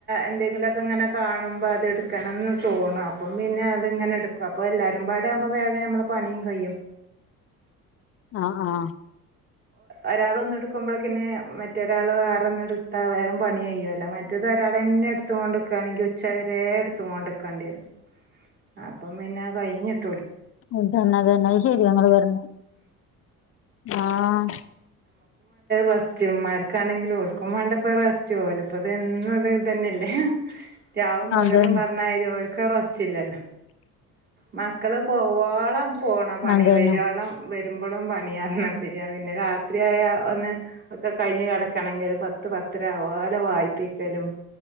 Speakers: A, on the right (about 20°); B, on the left (about 30°).
A: എന്തെങ്കിലുമൊക്കെ ഇങ്ങനെ കാണുമ്പോൾ അത് എടുക്കണംെന്ന് തോന്നും അപ്പം പിന്നെ അത് ഇങ്ങനെ എടുക്കും അപ്പൊ എല്ലാരും പാട ആ വേഗം നമ്മളെ പണിയും കഴിയും
B: ആഹ ആഹ്
A: ഒരാൾ ഒന്ന എടുക്കുമ്പോഴേക്കെ മറ്റൊരാൾ ആറെൊന്ന എടുത്താ വേഗം പണി ചെയയ്യുവല്ല മറ്റ ഇത് ഒരാൾ എന്നെ എടുത്ത കൊണ്ട് വക്കുകയാണെങ്കിൽ ഉച്ചകരെ എടുത്ത കൊണ്ട വക്കാേണ്ടി വരാണ് അപ്പം പിന്നെ കഴിഞ്ഞിട്ട്
B: അതന്നെ അതന്നെ ശരി ഞങ്ങ പറണെ ആഹ
A: റസ്റ്റന്മാർക്കാണെങ്കിലുംഓക്കും വേണ്ടപ്പോ റസ്റ്റ് ഓലപ്പത എന്നും അത് തന്നെയല്ലേ രാവും പകലും
B: അതന്നെ
A: പറഞ്ഞലവർക് റെസ്റ്റില്ലാലോ മക്കള് പോവോളം പോണ പണി
B: അതന്നെ
A: വരുവോളം വ വരുമ്പോഴും പണിയ <unintelligible> പിന്നെ രാത്രി ഒത്തിരിയായ ഒന്ന് ഒക്കെ കഴിഞ്ഞു കിടക്കണമെങ്കിൽ പത്ത് പത്തര അതു പോലെ വായിപ്പിക്കലും